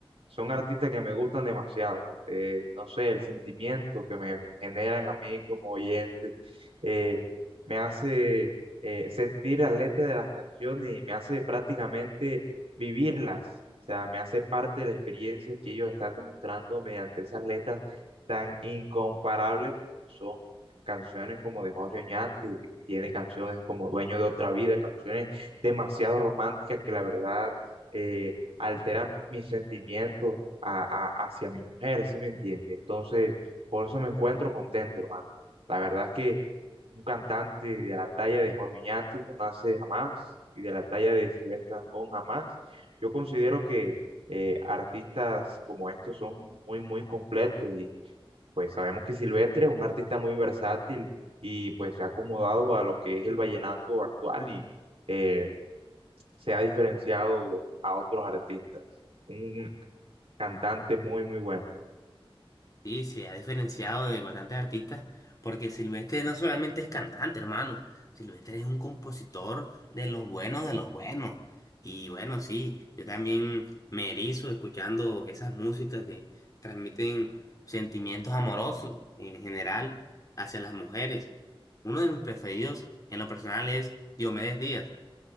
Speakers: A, on the right; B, on the left.
A: son artistas que me gustan demasiado. Eh, no sé, el sentimiento que me generan a mí como oyente eh, me hace eh, sentir las letras de las canciones y me hace prácticamente vivirlas. O sea, me hace parte de la experiencia que ellos están demostrando mediante esas letras tan incomparables como son canciones como de Jorge Oñate, tiene canciones como Dueño de otra vida, canciones demasiado románticas que la verdad eh, alteran mis sentimientos a- a- hacia mi mujer, ¿sí me entiende? Entonces, por eso me encuentro contento, hermano. La verdad es que un cantante de la talla de Jorge Oñate no nace jamás y de la talla de Silvestre Dangond jamás. Yo considero que eh, artistas como estos son muy, muy completos y pues sabemos que Silvestre es un artista muy versátil y pues se ha acomodado a lo que es el vallenato actual y eh, se ha diferenciado de- a otros artistas. Un cantante muy, muy bueno.
B: Sí, se ha diferenciado de bastantes artistas, porque Silvestre no solamente es cantante, hermano, Silvestre es un compositor de los buenos de los buenos. Y bueno, sí, yo también me erizo escuchando esas músicas que transmiten sentimientos amorosos en general hacia las mujeres. Uno de mis preferidos en lo personal es Diomedes Díaz